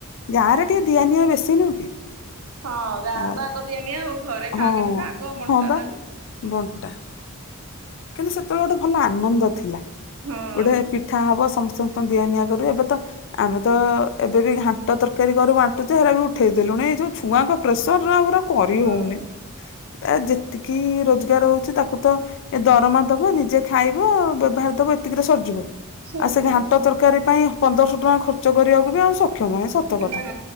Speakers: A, on the left; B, on the right.
A: ଗାଁରେ ଟିକେ ଦିଆନିଆ ବେଶି ନୁହଁ। କି
B: ହଁ ଗାଁରେ
A: ଆଉ
B: ତ ଆଗ ଦିଆନିଆ ଆଉ। ଘରେ
A: ହଁ
B: ଖା କି ନା ଖା ଆଗ ବଣ୍ଟା
A: ହଁ ବା
B: ଟା ଯିବ।
A: ବଣ୍ଟା କିନ୍ତୁ ସେତେବେଳେ ଗୋଟେ ଭଲ ଆନନ୍ଦ ଥିଲା
B: ହଁ।
A: ଗୋଟେ ପିଠା ହବ ସମସ୍ତେ ସମସ୍ତଙ୍କୁ ଦିଆ ନିଆ କରୁ ଏବେ ତ ଆମେ ତ ଏବେ ବି ଘାଣ୍ଟ ତରକାରୀ କରୁ ବାଣ୍ଟୁଛ ହେରା ବି ଉଠେଇଦେଲୁଣି ଏଇ ଯୋଉ ଛୁଆଙ୍କ ପ୍ରେସର ରୁ ଆଉ ଏଗୁରା କରି
B: ହଁ
A: ହଉନି ଏ ଯେ ତିକି ରୋଜଗାର ହଉଛି ତାକୁ ତ ଏ ଦରମା ଦବ ନିଜେ ଖାଇବ ଧରି ଦବ ଏତିକିରେ ସରିଯିବ।
B: ସରିଯିବ
A: ଆଉ ସେ ଘାଣ୍ଟ ତରକାରୀ ପାଇଁ ପନ୍ଦର ଶହ ଟଙ୍କା ଖର୍ଚ୍ଚ କରିବାକୁ ବି ସ କ୍ଷମଣେ ସତ କଥା।
B: ନା